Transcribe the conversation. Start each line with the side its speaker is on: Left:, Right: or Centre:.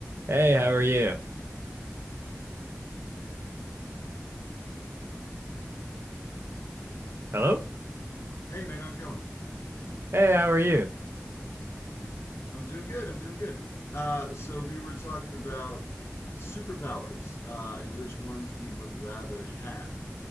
Right: Hey, how are you? Hello?
Left: Hey man, how's it going?
Right: Hey, how are you?
Left: I'm doing good. I'm doing good. Uh, so we were talking about superpowers uh, and which ones we would rather have